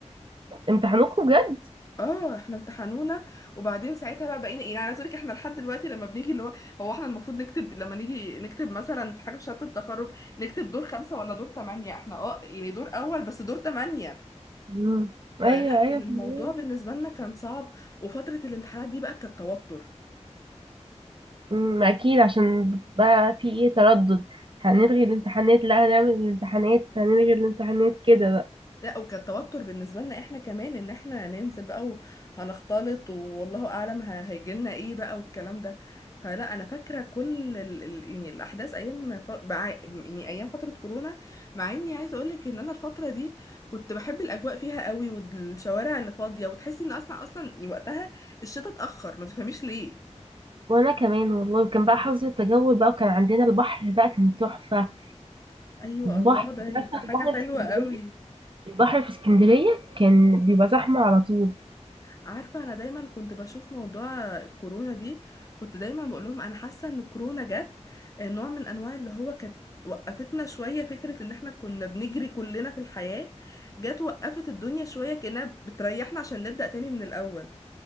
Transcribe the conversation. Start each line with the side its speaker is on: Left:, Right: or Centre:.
Right: امتحانوكوا بجد
Left: اه احنا امتحنونا وبعدين ساعتها بقى بقينا إيه، يعني عايز اقول لك احنا لحد دلوقتي لما بنيجي اللي هو هو احنا المفروض نكتب لما نيجي نكتب مثلا في حاجه في شهاده التخرج نكتب دور خمسه ولا دور ثمانيه احنا اه يعني دور اول بس دور ثمانيه
Right: مم.
Left: فلا
Right: ايوه
Left: كان
Right: ايوه
Left: الموضوع بالنسبه لنا كان صعب وفتره الامتحانات دي بقى كانت توتر
Right: امم اكيد عشان بقى في ايه تردد هنلغي الامتحانات لا هنعمل الامتحانات هنلغي الامتحانات كده بقى
Left: لا وكان توتر بالنسبه لنا احنا كمان ان احنا ننزل بقى وهنختلط والله اعلم هيجي لنا ايه بقى والكلام ده فلا انا فاكره كل ال... ال... يعني الاحداث ايام ف... مع... يعني ايام فتره كورونا مع اني عايزه اقول لك ان انا الفتره دي كنت بحب الاجواء فيها قوي والشوارع اللي فاضيه وتحسي ان اصلا اصلا يعني وقتها الشتاء اتاخر ما تفهميش ليه
Right: وانا كمان والله وكان بقى حظ التجول بقى وكان عندنا البحر بقى كان تحفة
Left: ايوه
Right: البحر
Left: الله ده
Right: انت
Left: هيبقى
Right: عارفة
Left: حاجه
Right: البحر
Left: حلوه
Right: في اسكندرية
Left: قوي
Right: البحر في اسكندرية كان بيبقى زحمة على طول
Left: عارفة أنا دايما كنت بشوف موضوع كورونا دي كنت دايما بقولهم أنا حاسة إن كورونا جت آه، نوع من أنواع اللي هو كانت وقفتنا شوية فكرة إن إحنا كنا بنجري كلنا في الحياة جت وقفت الدنيا شوية كأنها بتريحنا عشان نبدأ تاني من الأول